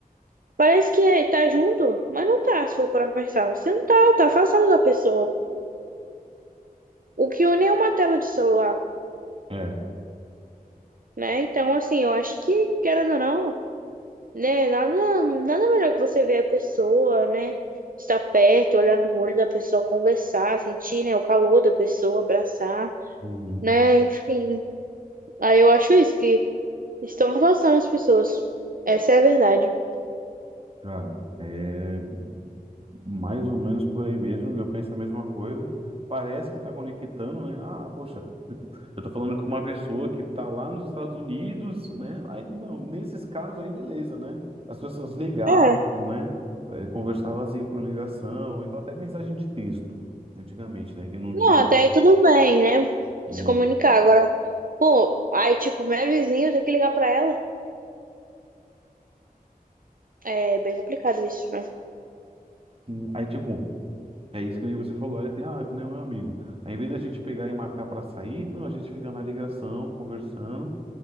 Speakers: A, on the right; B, on the right.
A: parece que é- tá junto, mas não tá, se for pra pensar. Você não tá, tá afastando da pessoa. O que une é uma tela de celular,
B: É.
A: né? Então, assim, eu acho que, querendo ou não. Né? Nada, nada melhor que você ver a pessoa, né? Estar perto, olhar no olho da pessoa, conversar, sentir, né, o calor da pessoa, abraçar,
B: Uhum.
A: né? Enfim. Aí eu acho isso, que estão afastando as pessoas. Essa é a verdade.
B: Cara, é. Mais ou menos por aí mesmo, eu penso a mesma coisa. Parece que está conectando, né? Ah, poxa, eu tô falando com uma pessoa que tá lá nos Estados Unidos, né? Aí, não, nesses casos aí, beleza, né? As pessoas ligavam,
A: É,
B: né? Eh, Conversavam assim por ligação, então até mensagem de texto, antigamente, né? Que não
A: Não,
B: tinha.
A: até aí tudo bem, né?
B: E,
A: Se comunicar. Agora, pô, aí, tipo, minha vizinha, eu tenho que ligar pra ela. É bem complicado isso, né?
B: sim, aí, tipo, é isso que nem você falou, aí tem, ah, que nem o meu amigo. Aí, em vez da gente pegar e marcar para sair, não, a gente fica na ligação, conversando.